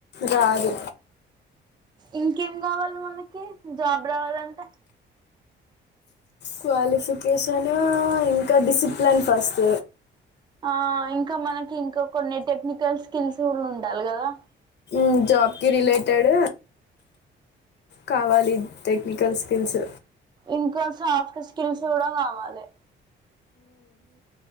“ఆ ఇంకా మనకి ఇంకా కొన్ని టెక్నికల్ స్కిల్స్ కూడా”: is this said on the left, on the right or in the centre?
Right